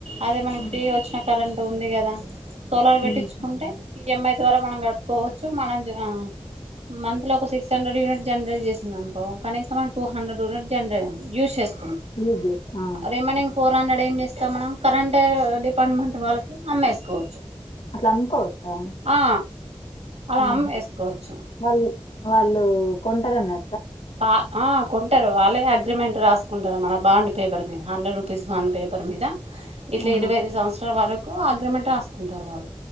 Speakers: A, on the right; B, on the left.
A: అదే మనకి
B: హ్మ్
A: ఫ్రీ వచ్చిన కరెంట్ ఉంది గదా సోలార్
B: హ్మ్
A: పెట్టిచ్చుకుంటే ఈ ఎం ఐ ద్వారా మనం కట్టుకోవచ్చు మనం జాం మంత్ లో ఒక సిక్స్ హండ్రెడ్ యూనిట్ జనరేట్ చేసింది అనుకో కనీసం మనం టూ హండ్రెడ్ యూనిట్ జనరే యూజ్ చేస్
B: యూజ్ చేస్ ఆ!
A: రిమైనింగ్ ఫోర్ టూ హండ్రెడ్ ఏం చేస్తాం మనం కరెంట్ డిపార్ట్మెంట్ వాళ్ళకి అమ్మేసుకోవచ్చు
B: అట్లా అమ్ముకోవచ్చా?
A: ఆ అలా
B: ఆహా!
A: అం ఏసుకోవచ్చు
B: వాళ్ళు వాళ్ళు కొంటరు అన్నా
A: ఆ ఆ కొన్ టారు వాళ్ళే అగ్రిమెంట్ రాసుకుంటరు మన బాండ్ పేపర్ మీద హండ్రెడ్ రూపీస్ బాండ్ పేపర్ మీద ఇట్ల
B: ఆహా!
A: ఇరవై ఐదు సంవత్సరాల వర కు అగ్రిమెంట్ రాసుకుంటారు వాళ్ళు